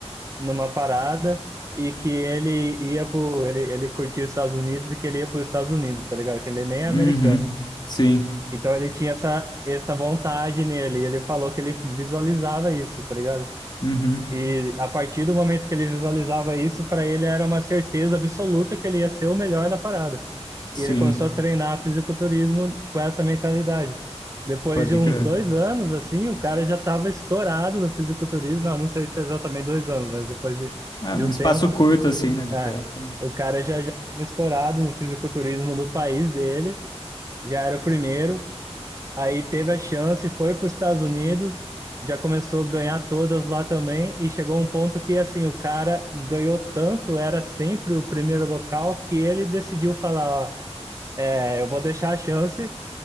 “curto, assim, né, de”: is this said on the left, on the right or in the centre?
Left